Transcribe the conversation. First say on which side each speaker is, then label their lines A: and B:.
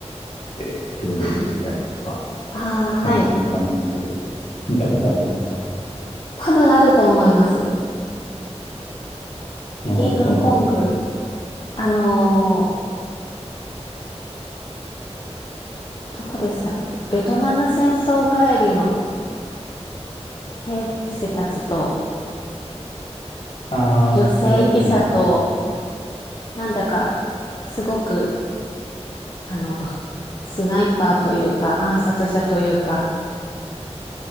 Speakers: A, on the left; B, on the left.
A: て協力したりとか、
B: はい。ああ、はい。
A: なんかそんな感じのストーリーです。見たことありますか
B: 多分あると思います。
A: ああ、
B: キングコング。
A: そうなんです。
B: あのーどこでしたっけベトナム戦争帰りの兵士たちと
A: ああ、
B: 女性記者と、
A: そうかもしれないです。
B: なんだかすごく、あの、<laughs> スナイパーというか暗殺者というか、